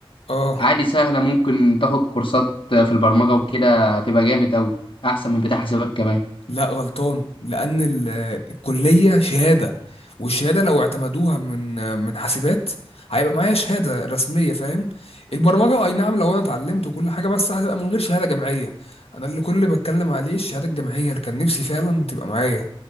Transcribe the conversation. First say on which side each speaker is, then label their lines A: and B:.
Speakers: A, on the left (about 75°); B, on the left (about 60°).
A: اه
B: عادي سهله ممكن تاخد كورسات في البرمجه وكده هتبقى جامد قوي احسن من بتاع حسابات كمان
A: لا غلطان لان ال- الكليه شهاده والشهاده لو اعتمدوها من من حاسبات هيبقى معايا شهاده رسميه فاهم البرمجه اي نعم لو انا اتعلمت وكل حاجه بس هتبقى من غير شهاده جامعيه انا اللي كل اللي بتكلم عليه الشهاده الجامعيه اللي كان نفسي فعلا تبقى معايا